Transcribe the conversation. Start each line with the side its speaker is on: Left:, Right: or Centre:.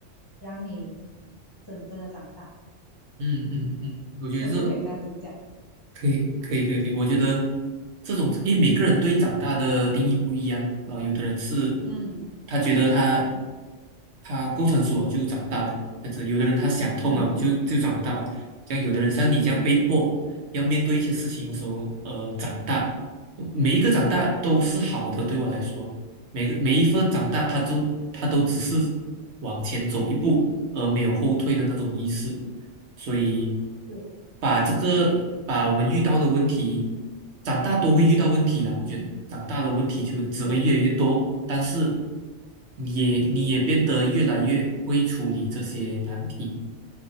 Left: 让你真正的长大。
Right: 嗯嗯嗯，嗯，我觉得是
Left: 可不可以这样子讲？
Right: 可以，可以，可以，可以。我觉得这种，因为每个人对长大的定义不一样，然后有的人是
Left: 嗯
Right: 他觉得他他够成熟了就长大了，这样子；有的人他想通了就就长大了，
Left: 嗯
Right: 像有的人像你这样被迫要面对一些事情的时候，呃，长大，每一个长大都是好的，对我来说，每个每一份长大，他都他都只是往前走一步，而没有后退的那种意思。所以
Left: 对
Right: 把这个把我们遇到的问题，长大都会遇到问题啦。我觉得长大的问题就只会越来越多，
Left: 对。
Right: 但是你也你也变得越来越会处理这些难题，